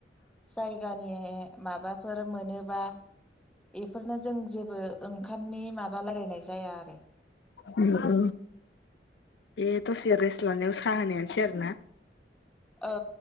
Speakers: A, in the centre; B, on the left.
A: जायगानि माबाफोर मोनोबा बेफोरनो जों जेबो ओंखामनि माबा रायज्लायनाय जाया आरो।
B: औ बे दसे रेस्ट लानायाव साहा होनायानोसै आरोना।
A: औ